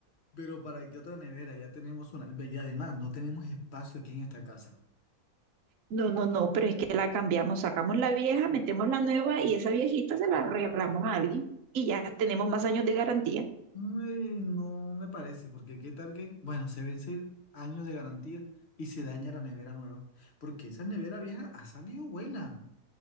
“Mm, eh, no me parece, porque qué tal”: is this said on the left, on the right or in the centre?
Left